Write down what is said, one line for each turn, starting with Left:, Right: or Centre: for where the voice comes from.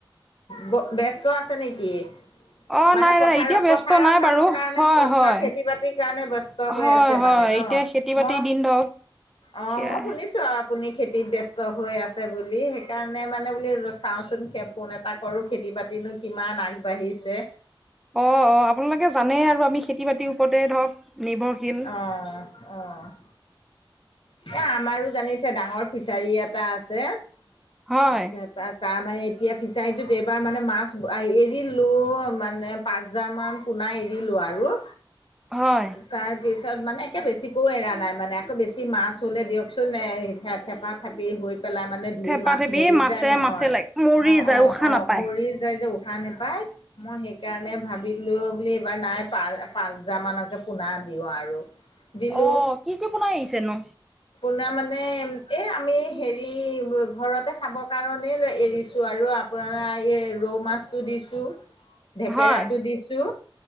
Left: ব-ব্যস্ত আছে নেকি?
Centre: অ
Left: মানে
Centre: নাই
Left: পথাৰ-পথাৰৰ
Centre: নাই এতিয়া ব্যস্ত নাই
Left: কামৰ
Centre: বাৰু
Left: কাৰণে
Centre: হয়
Left: পথাৰ
Centre: হয়
Left: খেতি বাতি কাৰণে বস্ত হৈ
Centre: হয়
Left: আছে
Centre: হয়
Left: মানে ন'?
Centre: এতিয়া খেতি বাতিৰ
Left: মই,
Centre: দিন ধৰক
Left: অ'
Centre: সেয়াই
Left: মই শুনি শুনিছোঁ আৰু আপুনি খেতিত ব্যস্ত হৈ আছে বুলি সেইকাৰণে মানে বুলি ৰ চাওঁচোন কে-ফোন এটা কৰোঁ, খেতি বাতিনো কিমান আগবাঢ়িছে।
Centre: অ', অ' আপোনালোকে জানেই আৰু আমি খেতি বাতিৰ ওপৰতে ধৰক নিৰ্ভৰশীল।
Left: অ'। অ'। এ, আমাৰো জানিছে ডাঙৰ ফিচাৰী এটা আছে। <unintelligible>
Centre: হয়
Left: তা-তাৰ মানে এতিয়া ফিচাৰীটোত এইবাৰ মানে মাছ এৰিলো মানে পাঁচ হাজাৰমান পোনা এৰিলোঁ আৰু।
Centre: হয়।
Left: তাৰপিছত মানে একে বেছিকোও এৰা নাই মানে আকৌ বেছি মাছ হ'লে দিয়কচোন নে থেপা থেপি হৈ পেলাই মানে ঢেৰ
Centre: থেপা
Left: মাছ
Centre: থেপি
Left: মৰি
Centre: মাছে
Left: যায় নহয়।
Centre: মাছে লাগে মৰি
Left: অ',
Centre: যায়
Left: অ',
Centre: উশাহ
Left: অ'
Centre: নাপায়
Left: মৰি যায় যে উশাহ নেপায়। মই সেইকাৰণে ভাবিলোঁ বুলি এইবাৰ নাই পা-পাঁচ হাজাৰ মানকে পোনা দিওঁ আৰু। দিলোঁ।
Centre: অ কি কি পোনা এৰিছেনো?
Left: পোনা মানে এ, আমি হেৰি ঘৰতে খাব কাৰণেই লে এৰিছোঁ আৰু পুৰা এই ৰৌ মাছটো দিছো, ঢেকেৰাটো
Centre: হয়
Left: দিছো।